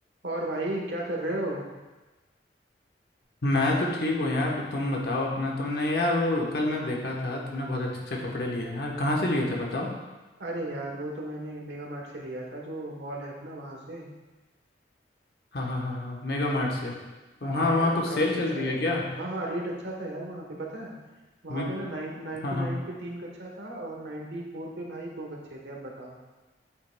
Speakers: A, on the right; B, on the left.
A: और भाई क्या कर रहे हो
B: मैं तो ठीक हूँ यार ब- तुम बताओ अपना तुमने यार वो कल मैं देखा था तुमने बहुत अच्छे अच्छे कपड़े लिए हैं यार कहाँ से लिए थे बताओ
A: अरे यार वो तो मैंने मेगा मार्ट से लिया था जो मॉल है अपना वहां से
B: हाँ हाँ हाँ हाँ मेगा मार्ट से तो वहाँ
A: हाँ
B: वहाँ
A: यार
B: कुछ
A: काफी
B: सेल चल
A: अच्छा
B: रही
A: रेट
B: है क्या
A: था हाँ हाँ रेट अच्छा था यार वहां पे पता है वहां
B: वी-
A: पे ना नाइन नाइनटी
B: हाँ हाँ
A: नाइन पे तीन कच्चा था और नाइन्टी फोर पे भाई दो कच्चे थे अब बताओ